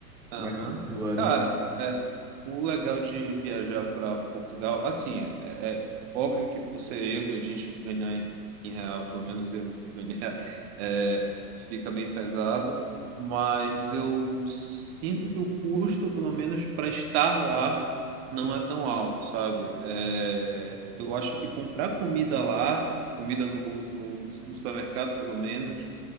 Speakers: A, on the right (about 40°); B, in the centre.
A: Aham.
B: mais no fim do ano.
A: Cara, é, o legal de viajar para Portugal, assim, é, é óbvio que por ser euro e a gente ganhar em, em real, pelo menos eu ganhar, <laughs> é, fica bem pesado, mas eu sinto que o custo, pelo menos para estar lá, não é tão alto, sabe? É, eu acho que comprar comida lá, comida no, no, no supermercado, pelo menos,